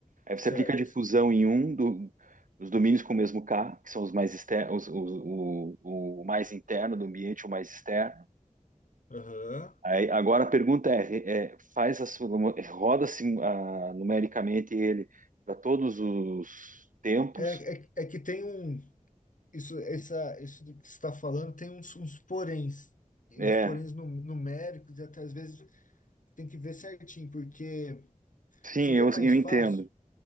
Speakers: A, on the right; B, on the left.
A: Aí você
B: certo.
A: aplica a difusão em um do- dos domínios com o mesmo K, que são os mais externos, o, o- o mais interno do ambiente, o mais externo.
B: Aham.
A: Aí, agora a pergunta é, é, faz a sua- roda-se ah, numericamente ele para todos os tempos?
B: É, é, é que tem um. Isso, essa, isso do que você está falando tem uns, uns poréns, uns
A: É,
B: poréns num- numéricos, e até às vezes tem que ver certinho, porque
A: sim,
B: seria
A: eu,
B: mais
A: eu entendo.
B: fácil.